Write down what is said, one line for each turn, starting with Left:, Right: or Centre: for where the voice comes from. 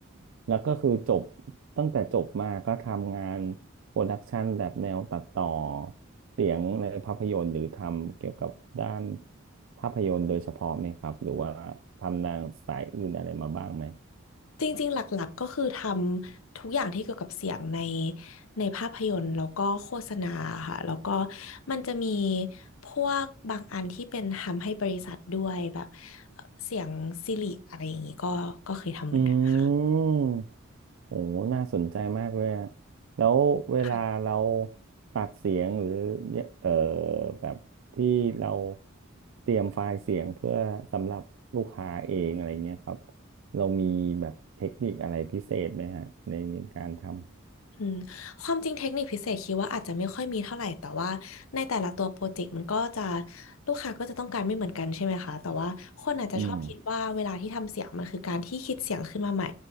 Right: แล้วก็คือจบตั้งแต่จบมาก็ทำงานโปรดักชันแบบแนวตัดต่อเสียงในภาพยนตร์หรือทำเกี่ยวกับด้านภาพยนตร์โดยเฉพาะไหมครับหรือว่าทำนางสายอื่นอะไรมาบ้างไหม
Left: จริงๆหลักๆก็คือทำทุกอย่างที่เกี่ยวกับเสียงในในภาพยนตร์แล้วก็โฆษณาค่ะแล้วก็มันจะมีพวกบางอันที่เป็นทำให้บริษัทด้วยแบบเอ่อเสียงซิลิกอะไรอย่างนี้ก็ก็เคยทำเหมือนกันค่
Right: อืม โอ้น่าสนใจมากเลยอะแล้วเวลาเรา
Left: ะ
Right: ตัดเสียงหรือเอ่อแบบที่เราเตรียมไฟล์เสียงเพื่อสำหรับลูกค้าเองอะไรเงี้ยครับ เรามีแบบเทคนิคอะไรพิเศษไหมฮะในในการทำ
Left: อืมความจริงเทคนิคพิเศษคิดว่าอาจจะไม่ค่อยมีเท่าไหร่แต่ว่าในแต่ละตัวโปรเจกต์มันก็จะลูกค้าก็จะต้องการไม่เหมือนกันใช่ไหมคะแต่ว่าคนอาจจะชอบคิดว่าเวลาที่ทำเสียงมันคือการที่คิดเสียงขึ้นมาใหม่
Right: อืม